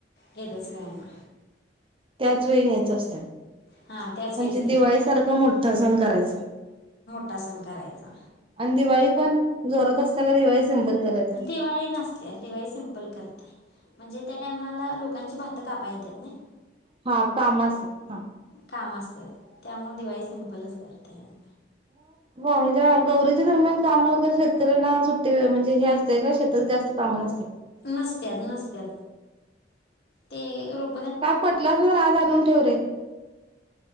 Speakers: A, on the left; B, on the right.
A: घेतात सगळ्यांना.
B: त्याच वेळी घ्यायच असत.
A: हां त्याच
B: म्हणजे
A: वेळेस घेतात
B: दिवाळी सारखं मोठा सण करायच.
A: टासन करायचं.
B: आणि दिवाळी पण जोरत असत्या, खर दिवाळी सिंपल करायच.
A: दिवाळी नसते दिवाळी सिम्पल करते म्हणजे त्या टायमाला लोकांची भात- त कापाय येत्यात नाही
B: हा कामच हा
A: काम असत त्यामुळें दिवाळी सिमपलच करते आम्ही
B: मगज्या गौरीच्या दरम्यान काम वगैरे शेत ना सुट्टी म्हजे हे असते जास्त कामं नसते
A: नसत्यात नसत्यात ते रुक
B: का पटला अस तर आज आणून ठेव रे